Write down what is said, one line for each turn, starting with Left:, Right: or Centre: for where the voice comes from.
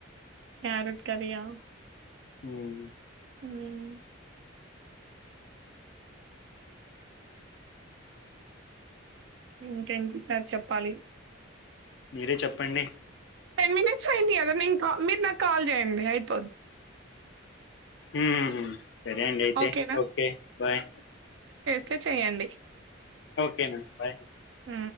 Right: క్యారెట్ కర్రీ ఆ
Left: హ్మ్
Right: హ్మ్ ఇకేంటి సార్ చెప్పాలి.
Left: మీరే చెప్పండి.
Right: టెన్ మినిట్స్ అయింది. కదా నేన్ కాల్ మీరు నాకు కాల్ చేయండి. అయిపోద్ది
Left: ఊ హ్మ్ సరే అండి. అయితే
Right: ఓకేనా
Left: ఓకే బాయ్
Right: తే చెయ్యండి
Left: ఓకే మేడం బాయ్
Right: ఊ